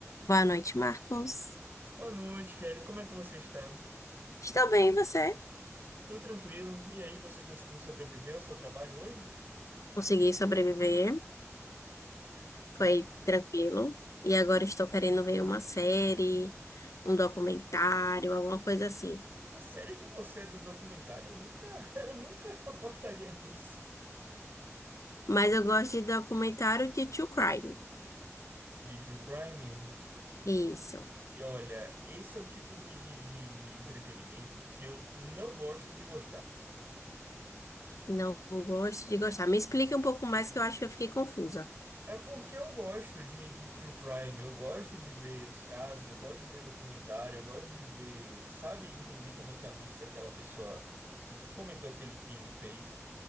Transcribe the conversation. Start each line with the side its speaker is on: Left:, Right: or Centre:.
Left: Boa noite, Marcos.
Right: Boa noite, Kelly. Como é que você está?
Left: Estou bem, e você?
Right: Tudo tranquilo? E aí, você conseguiu sobreviver ao seu trabalho hoje?
Left: Consegui sobreviver,
Right: Né?
Left: foi tranquilo. E agora estou querendo ver uma série, um documentário, alguma coisa assim.
Right: É sério que você é do documentário? Eu nunca, <laughs> eu nunca apostaria nisso.
Left: Mas eu gosto de documentário de true crime.
Right: De true crime?
Left: Isso.
Right: E olha, esse é o tipo de, de, de, de entretenimento que eu não gosto de gostar.
Left: Não gosto de gostar. Me explica um pouco mais que eu acho que eu fiquei confusa.
Right: É porque eu gosto de, de true crime, eu gosto de ver os casos, eu gosto de ver documentário, eu gosto de ver, sabe, entender como é que é a mente daquela pessoa que cometeu aquele crime fez.